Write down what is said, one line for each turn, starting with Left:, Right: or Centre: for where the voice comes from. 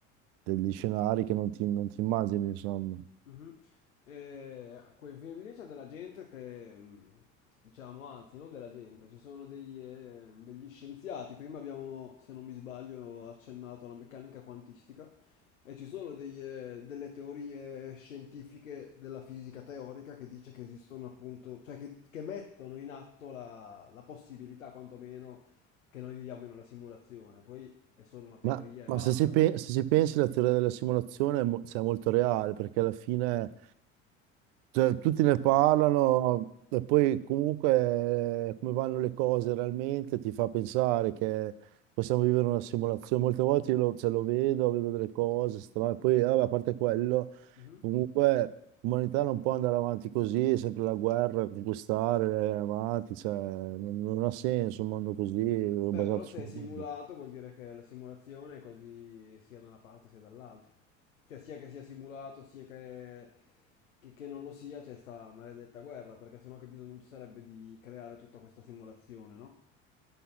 Right: degli scenari che non ti, non ti immagini, insomma.
Left: Mhm. E a quei film lì c'è della gente che, mh, diciamo, anzi, non della gente, ci sono degli, eh, degli scienziati. Prima abbiamo, se non mi sbaglio, accennato alla meccanica quantistica e ci sono degli, eh, delle teorie scientifiche della fisica teorica che dice che esistono appunto, cioè che, che mettono in atto la, la possibilità, quantomeno, che noi viviamo in una simulazione. Poi è solo una teoria
Right: Ma,
Left: e
Right: ma
Left: basta.
Right: se si, pe- se si pensi la teoria della simulazione è, mo- cioè, è molto reale perché alla fine cioè, tutti ne parlano e poi comunque eh, come vanno le cose realmente ti fa pensare che possiamo vivere una simulazione. Molte volte io lo, cioè, lo vedo, vedo delle cose strane, poi vabbè, a parte quello,
Left: Mhm.
Right: comunque l'umanità non può andare avanti così, è sempre la guerra, conquistare, eh, avanti, cioè, non, non ha senso un mondo così basato
Left: Beh, però
Right: sulla
Left: se è simulato
Right: guerra.
Left: vuol dire che la simulazione è così sia da una parte sia dall'altra. Cioè sia che sia simulato, sia che, che- che non lo sia, c'è sta maledetta guerra, perché sennò che bisogno ci sarebbe di creare tutta questa simulazione, no?